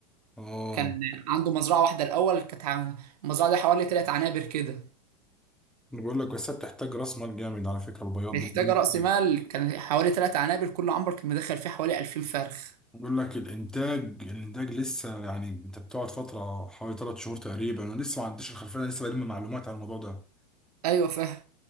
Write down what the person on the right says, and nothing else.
كان عنده مزرعه واحده الاول كانت عن- المزرعه دي حوالي ثلاث عنابر كده
محتاجه
راس
مال كان حوالي ثلاث عنابر كل عنبر كان مدخل فيه حوالي 2000 فرخ
ايوه فاهم